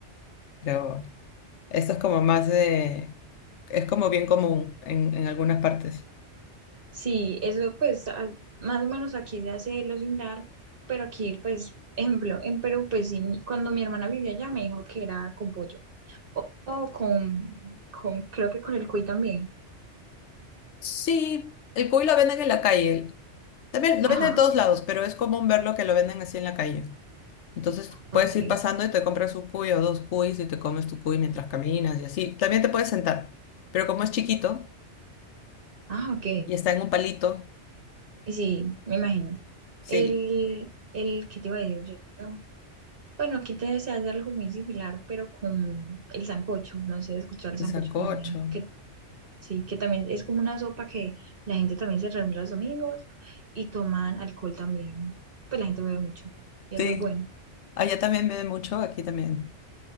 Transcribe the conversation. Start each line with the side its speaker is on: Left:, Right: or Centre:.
Left: Pero esto es como más de... Es como bien común en, en algunas partes.
Right: Sí, eso pues a- más o menos aquí se hace lo similar, pero aquí pues, ejemplo, en Perú pues sí, mi- cuando mi hermana vivía allá me dijo que era con pollo o, o con, con, creo que con el cuy también.
Left: Sí, el cuy lo venden en la calle. También lo
Right: Ajá,
Left: venden de todos lados, pero es común verlo que lo venden así en la calle. Entonces
Right: ok.
Left: puedes ir pasando y te compras un cuy o dos cuys y te comes tu cuy mientras caminas y así. También te puedes sentar, pero como es chiquito
Right: Ah, ok.
Left: y está en un palito,
Right: Sí, me imagino.
Left: sí,
Right: El, el, ¿qué te iba a decir yo? Yo, Bueno, aquí te se hace algo muy similar, pero con el sancocho. No sé, escuchar el
Left: el
Right: sancocho
Left: sancocho.
Right: colombiano. Que, sí, que también es como una sopa que la gente también se reúne los domingos y toman alcohol también. Pues la gente bebe mucho y
Left: Sí,
Right: es muy bueno.
Left: allá también beben mucho, aquí también.